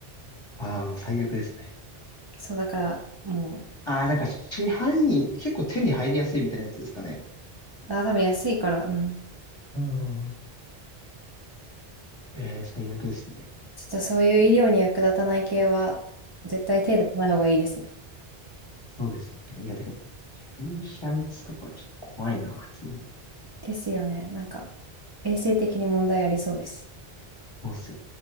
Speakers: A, on the left (about 25°); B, on the right (about 25°).
A: ああ、もう最悪ですね。
B: そう、だから、も
A: ああ、なんか市販に結構手に入りやすいみたいなやつですかね。
B: う、あ、多分安いから、うん。
A: うん。えー、最悪ですね。
B: ちょっとそういう医療に役立たない系は、絶対手出さない方がいいですね。
A: そうですよね。いや、てか、注射打つとかちょっと怖いな、普通に。
B: ですよね。なんか、衛生的に問題ありそうです。
A: そうっすよ